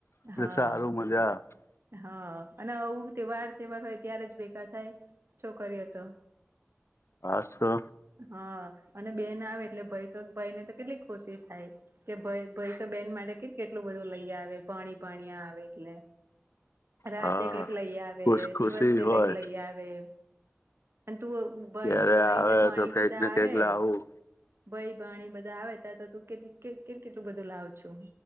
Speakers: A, on the left (about 70°); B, on the right (about 60°).
A: એટલે
B: હા
A: સારું મજા આવે
B: હા અને આવું તે વાર તહેવાર હોય ત્યારે જ ભેગા થાય છોકરીઓ તો
A: હાશ તો
B: હા અને બેન આવે એટલે ભાઈ તો ભાઈ ને તો કેટલીક ખુશી થાય કે ભઈ ભઈ તો બેન માટે કે કેટલું બધું લઈ આવે ભાણી ભાણીયા આવે એટલે રાતે
A: હા
B: કઈક લઈ આવે
A: ખુશ ખુશી
B: દિવસે
A: હોય
B: કઈક લઈ આવે અને તું ભાઈ
A: ત્યારે
B: ભાઈ
A: આવે
B: ને ભાણી
A: તો કઈક
B: બધા
A: ને
B: આવે
A: કઈક લાવું
B: ભય ભાણી બધા આવે ત્યારે તો તું કેટ કેટ કેટલું બધુ લાવો છુ